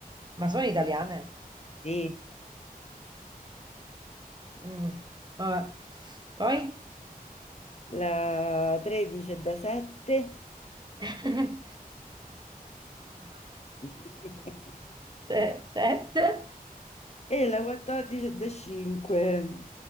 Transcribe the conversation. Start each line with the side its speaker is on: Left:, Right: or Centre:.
Right: Ma sono italiane?
Left: sì,
Right: Mm, vabbè. Poi?
Left: la 13 è da 7
Right: <laughs> 1, 2,
Left: <laughs>
Right: 3, 7.
Left: e la 14 è da 5.